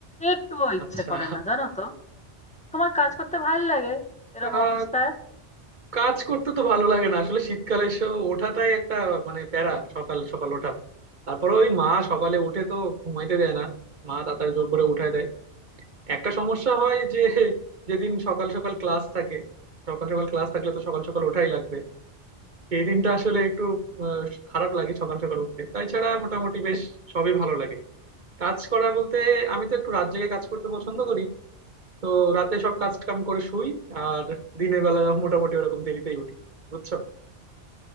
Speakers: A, in the centre; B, on the right.
A: একটুও ইচ্ছে
B: আচ্ছা
A: করে না জানো তো তোমার কাজ করতে ভাল লাগে এরম
B: আহ,
A: অবস্থায়
B: কাজ করতে তো ভালো লাগে না আসলে শীতকালে স- ওঠাটাই একটা মানে প্যারা সকাল সকাল ওঠা তারপরে ওই মা সকালে উঠে তো ঘুমাইতে দেয় না মা তাড়াতাড়ি জোর করে উঠায় দেয় একটা সমস্যা হয় যে যেদিন সকাল সকাল ক্লাস থাকে সকাল সকাল ক্লাস থাকলে তো সকাল সকাল ওঠাই লাগবে সেই দিনটা আসলে একটু আহ, খারাপ লাগে সকাল সকাল উঠতে তাই ছাড়া মোটামুটি বেশ সবই ভালো লাগে কাজ করা বলতে আমি তো একটু রাত জেগে কাজ করতে পছন্দ করি তো রাতে সব কাজ কাম করে শুই আর দিনের বেলা মোটামুটি ওরকম দেরিতেই উঠি বুঝছো